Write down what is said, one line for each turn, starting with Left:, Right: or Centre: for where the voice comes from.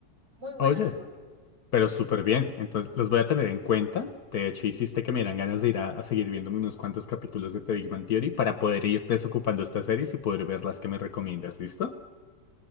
Right: Muy buena,
Left: Oye,
Right: la verdad.
Left: pero súper bien. Entonces, los voy a tener en cuenta. De hecho, hiciste que me dieran ganas de ir a, a seguir viéndome unos cuantos capítulos de The Big Bang Theory para poder ir desocupando estas series y poder ver las que me recomiendas, ¿listo?